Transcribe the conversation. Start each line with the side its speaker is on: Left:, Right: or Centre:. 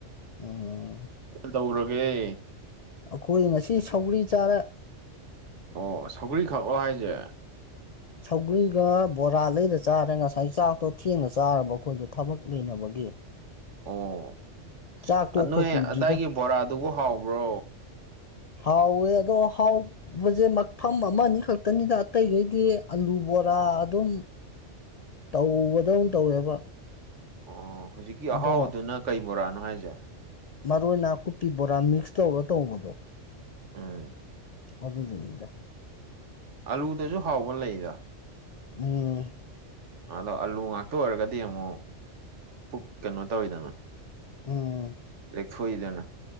Left: ꯎꯝ
Right: ꯀꯗꯧꯔꯒꯦ
Left: ꯑꯩꯈꯣꯏ ꯉꯁꯤ ꯁꯧꯒ꯭ꯔꯤ ꯆꯥꯔꯦ
Right: ꯑꯣ ꯁꯧꯒ꯭ꯔꯤ ꯈꯛꯂꯣ ꯍꯥꯏꯁꯦ
Left: ꯁꯧꯒ꯭ꯔꯤꯒ ꯕꯣꯔꯥ ꯂꯩꯔ ꯆꯥꯔꯦ ꯉꯁꯥꯏ ꯆꯥꯛꯇꯣ ꯊꯦꯡꯅ ꯆꯥꯔꯕ ꯑꯩꯈꯣꯏꯗꯣ ꯊꯕꯛ ꯂꯩꯅꯕꯒꯤ
Right: ꯑꯣ
Left: ꯆꯥꯛ ꯇꯣꯛꯄ
Right: ꯅꯣꯏ
Left: ꯀꯨꯏꯗ꯭ꯔꯤꯗ
Right: ꯑꯗꯥꯏꯒꯤ ꯕꯣꯔꯥꯗꯨꯕꯨ ꯍꯥꯎꯕ꯭ꯔꯣ
Left: ꯍꯥꯎꯋꯦ ꯑꯗꯣ ꯍꯥꯎ <unintelligible> ꯃꯐꯝ ꯑꯃ ꯑꯅꯤ ꯈꯛꯇꯅꯤꯗ ꯑꯇꯩꯒꯩꯗꯤ ꯑꯂꯨ ꯕꯣꯔꯥ ꯑꯗꯨꯝ ꯇꯧꯕꯗꯧꯅ ꯇꯧꯋꯦꯕ
Right: ꯑꯣ ꯍꯧꯖꯤꯛꯀꯤ
Left: ꯑꯗꯣ
Right: ꯑꯍꯥꯎꯕꯗꯨꯅ ꯀꯩ ꯕꯣꯔꯥꯅꯣ ꯍꯥꯏꯖꯦ
Left: ꯃꯔꯣꯏ ꯅꯥꯀꯨꯞꯄꯤ ꯕꯣꯔꯥ ꯃꯤꯛꯁ ꯇꯧꯔ ꯇꯧꯕꯗꯣ
Right: ꯎꯝ
Left: ꯑꯗꯨꯗꯨꯅꯤꯗ
Right: ꯑꯂꯨꯗꯁꯨ ꯍꯥꯎꯕ ꯂꯩꯗ
Left: ꯎꯝ
Right: ꯑꯗꯣ ꯑꯂꯨ ꯉꯥꯛꯇ ꯑꯣꯏꯔꯒꯗꯤ ꯑꯃꯨꯛ ꯄꯨꯛ ꯀꯩꯅꯣ ꯇꯧꯋꯤꯗꯅ
Left: ꯎꯝ
Right: ꯂꯦꯛꯊꯣꯛꯏꯗꯅ